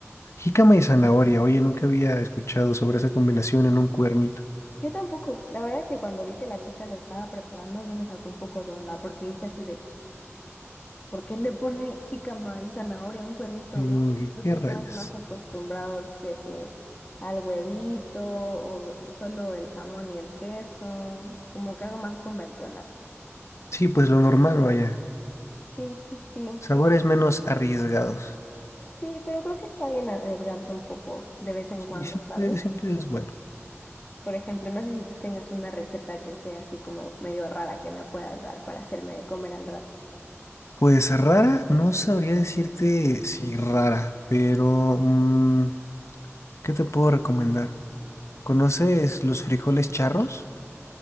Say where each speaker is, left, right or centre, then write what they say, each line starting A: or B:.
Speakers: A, on the left; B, on the left.
A: Jícama y zanahoria. Oye, nunca había escuchado sobre esa combinación en un cuernito.
B: Yo tampoco. La verdad es que cuando vi que la chica lo estaba preparando, sí me sacó un poco de onda, porque dije así de, ¿por qué le pone jícama y zanahoria a un cuernito,
A: Y
B: no?
A: como que,
B: Creo
A: ¿qué
B: que estamos
A: rayos?
B: más acostumbrados que sí al huevito o solo el jamón y el queso, como que algo más convencional.
A: Sí, pues lo normal, vaya.
B: Sí, sí, sí.
A: Sabores menos arriesgados.
B: Sí, pero creo que está bien arriesgarse un poco de vez en cuando,
A: Y siempre,
B: ¿sabes?
A: siempre es bueno.
B: Por ejemplo, no sé si tú tengas una receta que esté así como medio rara que me puedas dar para hacerme comer al rato.
A: Pues rara, no sabría decirte si rara, pero mm, ¿qué te puedo recomendar? ¿Conoces los frijoles charros?